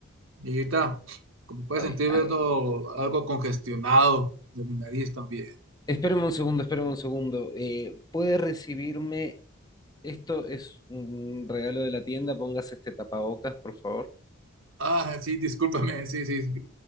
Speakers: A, on the right (about 75°); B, on the left (about 20°).
A: Y ahorita, como puedes
B: Ay,
A: sentir,
B: ay,
A: veo algo congestionado de mi nariz también.
B: espéreme un segundo, espéreme un segundo. Eh, ¿puede recibirme? Esto es un regalo de la tienda, póngase este tapabocas, por favor.
A: Ah, sí, discúlpame, sí, sí, sí.